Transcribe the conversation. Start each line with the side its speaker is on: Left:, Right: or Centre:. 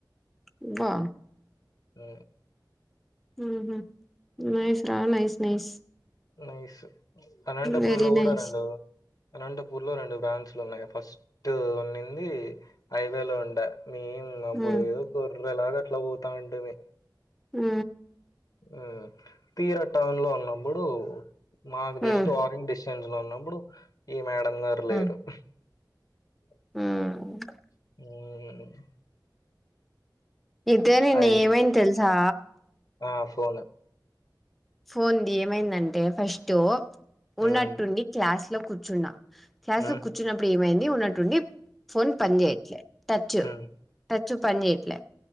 Centre: అబ్బా
Left: మ్
Centre: మ్ హు నైస్ రా nice nice
Left: nice Anantapur
Centre: very
Left: లో కూడా
Centre: నైస్
Left: రెండు అనంతపూర్ లో రెండు బ్రాంచ్లు ఉన్నాయి ఫస్ టు ఉన్నింది హైవేలో ఉండ మేం ఇంగ అబ్బుడు
Centre: ఉ
Left: గొర్రె లాగ అట్ల పోతాంటిమి.
Centre: మ్
Left: మ్ తీర టౌన్ లో ఉన్నబ్బుడు మాకు జెస్ట్
Centre: ఉ
Left: వాకింగ్ డిస్ టెన్స్ లో ఉన్నబ్బుడు ఇగ మేడం గారు
Centre: హ్మ్
Left: లేరు. మ్
Centre: హ్మ్ అయితె నిన్న
Left: అయి
Centre: ఏమైంది తెలుసా
Left: ఆ ఫోన్
Centre: ఫోన్ ది ఏమైందంటే ఫస్ట్ ఉన్నట్టుండి
Left: హ్మ్.
Centre: క్లాస్ లో కూర్చున్న. క్లాస్
Left: హ్మ్.
Centre: లో కూర్చున్నప్పుడు ఏమైంది ఉన్నట్టుండి ఫోన్ పని చేయ ట్లే టచ్
Left: హ్మ్.
Centre: టచ్ పని చేయట్లే